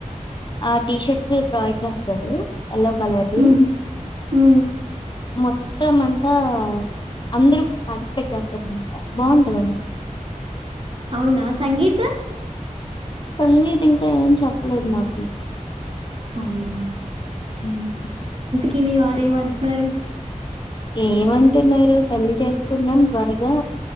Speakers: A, on the left; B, on the right.
A: ఆ టీషర్ట్స్ ప్రొవైడ్ చేస్తారు యల్లో కలర్ది
B: హుహు. హ్మ్.
A: మొత్తం అంతా అందరుూ పార్టిసిపేట్ చేస్తారనమాట బాగుంటదమ్
B: అవునా సంగీత
A: సంగీత్ ఇంకా ఏం చెప్పలేదు నాకు
B: అవునా
A: హ్మ్
B: కివి వారే వంటన్నారు
A: ఏమంటున్నారు పెళ్లి చేసుకున్నాం త్వరగా